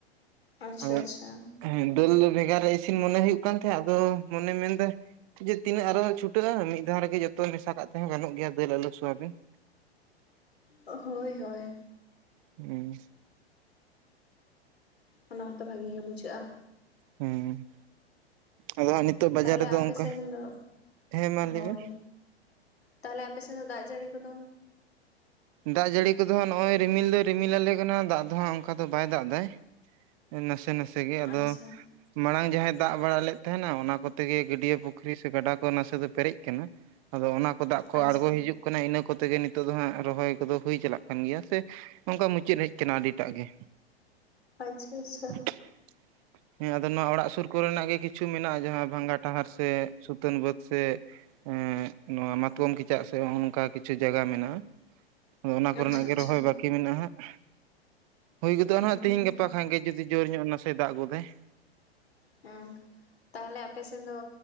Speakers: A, on the left; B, on the right.
A: ᱟᱪᱪᱷᱟ
B: ᱟᱫᱚ
A: ᱟᱪᱪᱷᱟ᱾
B: ᱦᱮᱸ ᱫᱟᱹᱞ ᱫᱚ ᱵᱷᱮᱜᱟᱨ ᱨᱮ ᱤᱥᱤᱱ ᱢᱚᱱᱮ ᱦᱩᱭᱩᱜ ᱠᱟᱱ ᱛᱟᱦᱮᱸᱫ ᱟᱫᱚ ᱢᱚᱱᱮ ᱢᱮᱱ ᱫᱟᱭ ᱡᱮ ᱛᱤᱱᱟᱹᱜ ᱟᱨᱚᱸ ᱪᱷᱩᱴᱟᱹᱜᱼᱟ᱾ ᱢᱤᱫ ᱫᱷᱟᱣ ᱨᱮᱜᱮ ᱡᱚᱛᱚ ᱢᱮᱥᱟ ᱠᱟᱜ ᱛᱮᱦᱚᱸ ᱜᱟᱱᱚᱜ ᱜᱮᱭᱟ ᱫᱟᱹᱞ ᱟᱞᱩ ᱥᱚᱣᱟᱵᱤᱱ᱾
A: ᱦᱳᱭ ᱦᱳᱭ᱾
B: ᱦᱩᱸ
A: ᱚᱱᱟ ᱦᱚᱸᱛᱚ ᱵᱷᱟᱜᱤ ᱜᱮ ᱵᱩᱡᱷᱟᱹᱜᱼᱟ᱾
B: ᱦᱩᱸ ᱟᱫᱚ ᱦᱟᱸᱜ ᱱᱤᱛᱚᱜ ᱵᱟᱡᱟᱨ
A: ᱛᱟᱦᱚᱞᱮ
B: ᱨᱮᱫᱚ
A: ᱟᱯᱮ
B: ᱚᱝᱠᱟ
A: ᱥᱮᱱ ᱫᱚ
B: ᱦᱮᱸ ᱢᱟ ᱞᱟᱹᱭᱵᱮᱱ
A: ᱦᱳᱭ ᱛᱟᱦᱚᱞᱮ ᱟᱯᱮ ᱥᱮᱫ ᱫᱚ ᱫᱟᱜ ᱡᱟᱹᱲᱤ ᱠᱚᱫᱚ
B: ᱫᱟᱜ ᱡᱟᱲᱤ ᱠᱚᱫᱚ ᱦᱟᱜ ᱱᱚᱜ-ᱚᱭ ᱨᱤᱢᱤᱞ ᱫᱚᱭ ᱨᱤᱢᱤᱞ ᱟᱞᱮ ᱠᱟᱱᱟ ᱫᱟᱜ ᱫᱚ ᱦᱟᱸᱜ ᱚᱱᱠᱟ ᱫᱚ ᱵᱟᱭ ᱫᱟᱜ ᱫᱟᱭ᱾ ᱱᱟᱥᱮ ᱱᱟᱥᱮ ᱜᱮ ᱟᱫᱚ
A: ᱟᱪᱪᱷᱟ
B: ᱢᱟᱲᱟᱝ ᱡᱟᱦᱟᱸᱭ ᱫᱟᱜ ᱵᱟᱲᱟ ᱞᱮᱫ ᱛᱟᱦᱮᱱᱟ ᱚᱱᱟ ᱠᱚᱛᱮ ᱜᱮ ᱜᱟᱹᱰᱭᱟᱹ ᱯᱩᱠᱷᱨᱤ ᱥᱮ ᱜᱟᱰᱟ ᱠᱚ ᱱᱟᱥᱮ ᱫᱚ ᱯᱮᱨᱮᱡ ᱠᱟᱱᱟ᱾ ᱟᱫᱚ ᱚᱱᱟ ᱠᱚ ᱫᱟᱜ ᱠᱚ
A: ᱟᱪᱪᱷᱟ
B: ᱟᱬᱜᱚ ᱦᱤᱡᱩᱜ ᱠᱟᱱᱟ ᱤᱱᱟᱹ ᱠᱚᱛᱮ ᱜᱮ ᱱᱤᱛᱚᱜ ᱫᱚ ᱦᱟᱸᱜ ᱨᱚᱦᱚᱭ ᱠᱚᱫᱚ ᱦᱩᱭ ᱪᱟᱞᱟᱜ ᱠᱟᱱ ᱜᱮᱭᱟ ᱥᱮ ᱚᱝᱠᱟ ᱢᱩᱪᱟᱹᱫ ᱦᱮᱡ ᱠᱟᱱᱟ ᱟᱰᱤ ᱴᱟᱜ ᱜᱮ᱾
A: ᱟᱪᱪᱷᱟ ᱟᱪᱪᱷᱟ᱾
B: <inaudible> ᱦᱮᱸ ᱟᱫᱚ ᱱᱚᱣᱟ ᱚᱲᱟᱜ ᱥᱩᱨ ᱠᱚᱨᱮᱱᱟᱜ ᱜᱮ ᱠᱤᱪᱷᱩ ᱢᱮᱱᱟᱜᱼᱟ᱾ ᱡᱟᱦᱟᱸ ᱵᱷᱟᱸᱝᱜᱟ ᱴᱟᱦᱟᱨ ᱥᱮ ᱥᱩᱛᱟᱹᱱ ᱵᱟᱹᱫ ᱥᱮ ᱦᱮᱸ ᱱᱚᱣᱟ ᱢᱟᱛᱠᱚᱢ ᱠᱮᱪᱟᱜ ᱥᱮ ᱦᱚᱸᱜᱼᱚ ᱱᱚᱝᱠᱟ ᱠᱤᱪᱷᱩ ᱡᱟᱭᱜᱟ ᱢᱮᱱᱟᱜᱼᱟ᱾ ᱟᱫᱚ ᱚᱱᱟ ᱠᱚᱨᱮᱱᱟᱜ
A: ᱟᱪᱪᱷᱟ
B: ᱜᱮ
A: ᱟᱪᱪᱷᱟ
B: ᱨᱚᱦᱚᱭ ᱵᱟᱹᱠᱤ ᱢᱮᱱᱟᱜᱼᱟ᱾ ᱦᱟᱸᱜ ᱦᱩᱭ ᱜᱚᱫᱚᱜᱼᱟ
A: ᱦᱩᱸ
B: ᱱᱟᱦᱟᱜ ᱛᱤᱦᱤᱧ ᱜᱟᱯᱟ ᱵᱟᱠᱷᱟᱱ ᱜᱮ ᱡᱩᱫᱤ ᱡᱳᱨ ᱧᱚᱜ ᱱᱟᱥᱮᱭ ᱫᱟᱜ ᱜᱚᱫᱟᱭ
A: ᱦᱮᱸ ᱛᱟᱦᱚᱞᱮ ᱟᱯᱮ ᱥᱮᱱ ᱫᱚ